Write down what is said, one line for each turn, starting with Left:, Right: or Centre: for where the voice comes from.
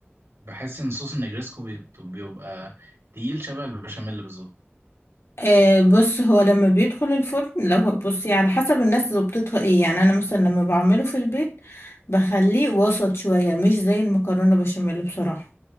Right: بحس ان صوص النجريسكو بيبقى بيبقى تقيل شبه البشاميل بالظبط
Left: آه بص هو لما بيدخل الفرن لو بصي على حسب الناس ظبطتها ايه يعني انا مثلا لما بعمله في البيت بخليه وسط شوية مش زي المكرونة بشاميل بصراحة